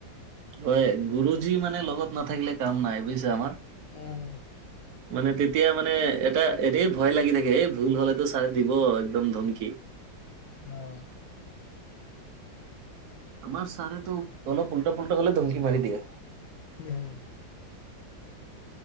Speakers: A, on the right; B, on the left.
A: হয়, গুৰুজী মানে লগত নাথাকিলে কাম নাই বুজিছা আমাৰ।
B: উম
A: মানে তেতিয়া মানে এটা এনে ভয় লাগি থাকে, এই ভুল হলেটো চাৰে দিব একদম ধমকি।
B: অঁ
A: আমাৰ ছাৰে তো তলপ উল্টা পুল্টা হ'লে ধমকি মাৰি দিয়ে।
B: উম